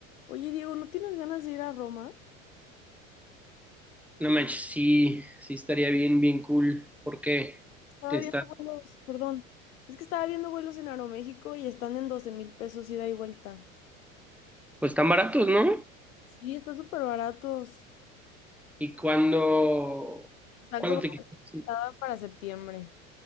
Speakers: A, on the left; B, in the centre.
A: Oye, Diego, ¿no tienes ganas de ir a Roma?
B: No manches, sí, sí estaría bien, bien cool, porque
A: Estaba
B: te están,
A: viendo vuelos, perdón. Es que estaba viendo vuelos en Aeroméxico y están en doce mil pesos ida y vuelta.
B: pues están baratos, ¿no?
A: Sí, están súper baratos.
B: Y cuando,
A: Están
B: cuando
A: como
B: te quisieras ir?
A: estaban para septiembre.